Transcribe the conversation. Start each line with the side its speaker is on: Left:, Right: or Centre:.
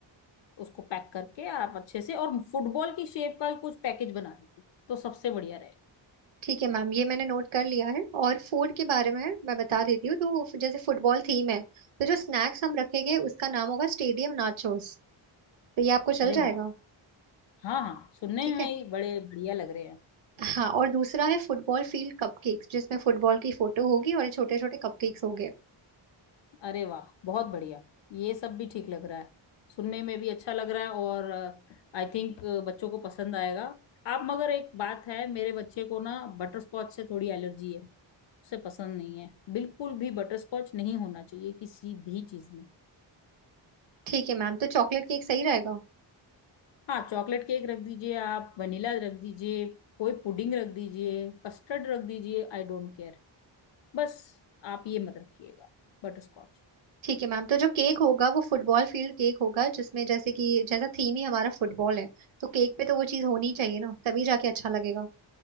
Left: उसको पैक करके आप अच्छे से और फुटबॉल की शेप का कुछ पैकेज बना दीजिए तो सबसे बढ़िया रहेगा
Right: ठीक है मैम ये मैंने नोट कर लिया है और फूड के बारे में मैं बता देती हूँ तो फ- जैसे फुटबॉल थीम है तो जो स्नैक्स हम रखेंगे उसका नाम होगा स्टेडियम नाचोस तो ये आपको चल
Left: अरे
Right: जाएगा
Left: वाह हाँ हाँ सुनने
Right: ठीक
Left: में
Right: है
Left: ही बड़े बढ़िया लग रहे हैं
Right: हाँ और दूसरा है फुटबॉल फील्ड कपकेक्स जिसमें फुटबॉल की फोटो होगी और छोटे छोटे कपकेक्स होंगे
Left: अरे वाह बहुत बढ़िया ये सब भी ठीक लग रहा है सुनने में भी अच्छा लग रहा है और आई थिंक बच्चों को पसंद आएगा आप मगर एक बात है मेरे बच्चे को ना बटर स्कॉच से थोड़ी एलर्जी है उसे पसंद नहीं है बिल्कुल भी बटर स्कॉच नहीं होना चाहिए किसी भी चीज में
Right: ठीक है मैम तो चॉकलेट केक सही रहेगा
Left: हाँ चॉकलेट केक रख दीजिए आप वनीला रख दीजिए कोई पुडिंग रख दीजिए कस्टर्ड रख दीजिए आई डोंट केयर बस आप ये मत रखिएगा बटर स्कॉच
Right: ठीक है मैम तो जो केक होगा वो फुटबॉल फील्ड केक होगा जिसमें जैसे कि जैसा थीम ही हमारा फुटबॉल है तो केक पे तो वो चीज़ होनी चाहिए ना तभी जाके अच्छा लगेगा